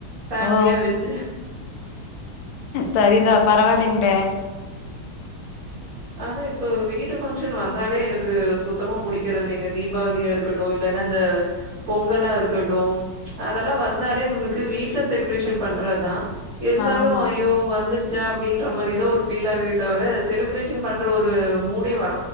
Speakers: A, on the right (about 50°); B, on the left (about 85°).
A: ஃபேமிலியா
B: ஓ
A: வச்சு.
B: சரிதா பரவாயில்லங் பே
A: ஆனா இப்ப வீட்டு பங்க்ஷன் வந்தாலே எனக்கு சுத்தமா புடிக்கறதுல்லைங்க தீபாவளியா இருக்கட்டு இல்லன்னா இந்த பொங்கல்லா இருக்கட்டும் அதெல்லா வந்தாலே நம்மளுக்கு வீட்ல செலிப்ரேஷன் பண்றதா இருந்தாலு
B: ஆமா
A: ஐயோ வந்துருச் ச்ச அப்டின்ற மாரி தா ஒரு ஃபீல் ஆகுதே தவர செலிப்ரேஷன் பண்ற ஒரு மூடே வர்